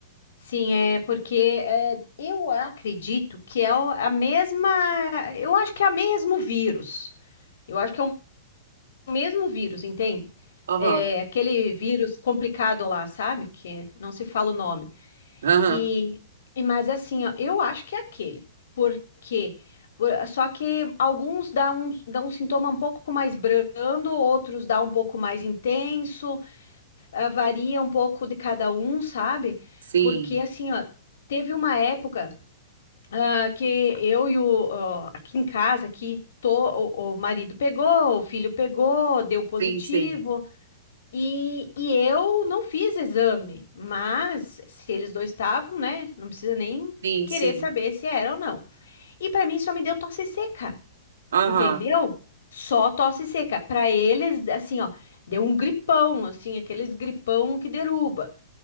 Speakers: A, on the left (about 65°); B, on the right (about 85°).
A: Sim, é porque é, eu acredito que é o- a mesma. Eu acho que é o mesmo vírus. Eu acho que é o mesmo vírus, entende?
B: Aham.
A: É aquele vírus complicado lá, sabe? Que não se fala o nome.
B: Aham.
A: E, e mas assim, ó, eu acho que é aquele. Porque só que alguns dão um, dá um sintoma um pouco mais brando, outros dá um pouco mais intenso. ah, varia um pouco de cada um, sabe?
B: Sim,
A: Porque assim, ó, teve uma época ah, que eu e o ó, aqui em casa, aqui tô, o, o marido pegou, o filho pegou, deu positivo.
B: sim, sim.
A: E, e eu não fiz exame, mas se eles dois estavam, né? Não precisa nem
B: Sim,
A: querer
B: sim.
A: saber se era ou não. E pra mim só me deu tosse seca,
B: Aham.
A: entendeu? Só tosse seca. Pra eles, assim, ó, deu um gripão, assim, aqueles gripão que deruba